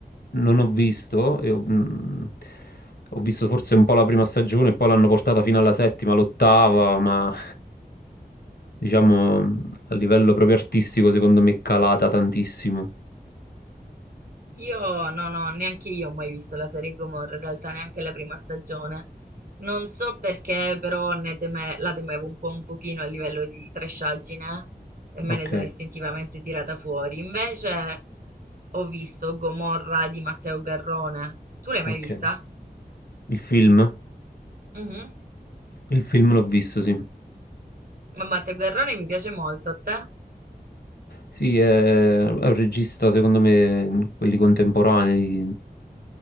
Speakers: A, on the left (about 70°); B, on the right (about 60°).
A: non ho visto, e ho, mm, ho visto forse un po' la prima stagione, e poi l'hanno portata fino alla settima, l'ottava, ma diciamo a livello proprio artistico secondo me è calata tantissimo.
B: Io no, no, neanche io ho mai visto la serie Gomorra, in realtà neanche la prima stagione. Non so perché, però ne teme- la temevo un po' un pochino a livello di trashaggine e me
A: Ok,
B: ne sono istintivamente tirata fuori. Invece ho visto Gomorra di Matteo Garrone. Tu l'hai mai
A: ok.
B: vista?
A: Il film?
B: Mhm.
A: Il film l'ho visto, sì.
B: Ma Matteo Garrone mi piace molto, a te?
A: Sì, è è un regista, secondo me, quelli contemporanei,